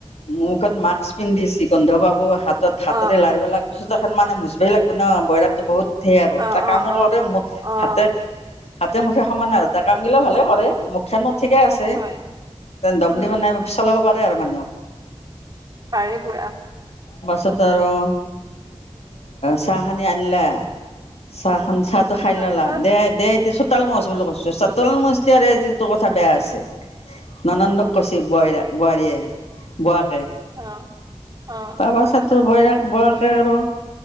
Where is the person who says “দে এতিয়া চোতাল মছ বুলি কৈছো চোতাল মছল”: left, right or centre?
Left